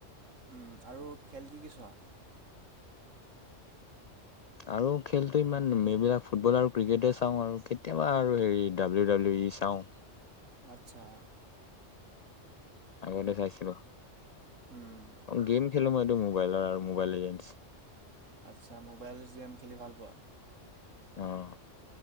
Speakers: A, on the right; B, on the left.
A: উম আৰু খেল কি কি চোৱা?
B: আৰু খেলটো ইমান এইবিলাক ফুটবল আৰু ক্ৰিকেটে চাওঁ আৰু কেতিয়াবা আৰু হেৰি ডাব্লিউ ডাব্লিউ ই চাওঁ।
A: আচ্ছা।
B: আগতে চাইছিলো।
A: উম
B: অ গেম খেলো ম এ মোবাইল আৰু মোবাইলৰ এডছ টো
A: আচ্ছা মোবাইলচ গেম খেলি ভাল পোৱা।
B: অহ।